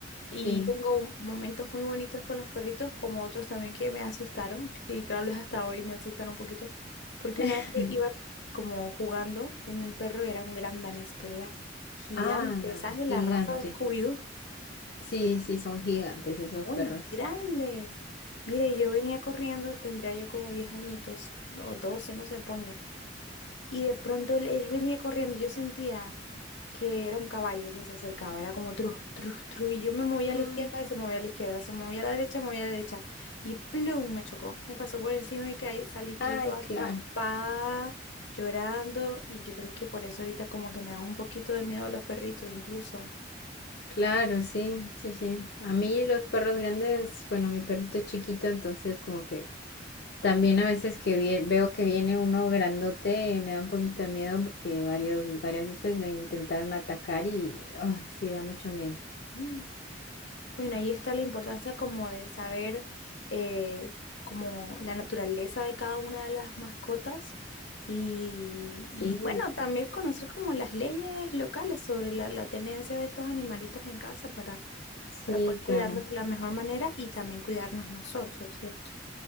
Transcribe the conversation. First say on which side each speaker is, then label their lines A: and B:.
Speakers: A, on the left; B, on the left.
A: y
B: Sí.
A: tengo un- momentos muy bonitos con los perritos, como otros también que me asustaron, <laughs> y tal vez hasta hoy me asustan un poquito, porque
B: <laughs>
A: una vez que iba como jugando con un perro, era un gran danés, pero era gigante,
B: Ah,
A: ¿sabes? De la
B: gigante.
A: raza de Scooby-Doo,
B: Sí, sí, son gigantes esos
A: muy
B: perros.
A: grandes. Mire, yo venía corriendo, tendría yo como 10 añitos o 12 no sé, ponle. Y de pronto él, él venía corriendo, yo sentía que era un caballo que se acercaba, era como tru, tru, tru, y yo me movía
B: Mm,
A: a la izquierda, se movía a la izquierda, se movía a la derecha, movía a la derecha, y plum, me chocó, me pasó por encima y caí, salí
B: Ay,
A: yo toda
B: claro.
A: raspada, llorando, y yo creo que por eso ahorita como que me da un poquito de miedo a los perritos incluso.
B: Claro, sí, sí, sí. A mí los perros grandes, bueno, mi perrito es chiquito, entonces como que También a veces que vie- veo que viene uno grandote, eh, me da un poquito de miedo porque varios, varias veces lo intentaron atacar y, ay, sí, da mucho miedo.
A: Mm. Bueno, ahí está la importancia como de saber eh, como la naturaleza de cada una de las mascotas y,
B: Sí,
A: y, bueno, también conocer como las leyes locales sobre la, la tenencia de estos animalitos en casa para,
B: sí,
A: para poder cuidarlos
B: claro.
A: de la mejor manera y también cuidarnos nosotros, ¿cierto?